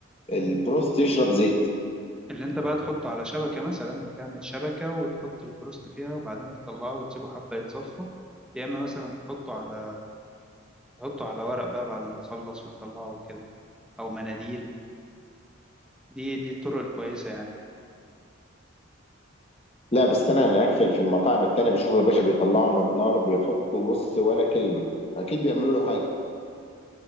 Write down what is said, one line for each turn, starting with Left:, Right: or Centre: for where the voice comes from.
Left: البروست يشرب زيت
Centre: اللي انت بقى تحطه على شبكه مثلا تعمل شبكه وتحط البروست فيها وبعدين تطلعه وتسيبه حبه يتصفى يا اما مثلا تحطه على تحطه على ورق بقى بعد ما تخلص وتطلعه وكده او مناديل دي دي الطرق الكويسه يعني
Left: لا بس انا هناك في في المطاعم التانية بشوفه يا باشا بيطلعوا من النار بيحطوا بص ولا كلمه اكيد بيعملوا له حاجه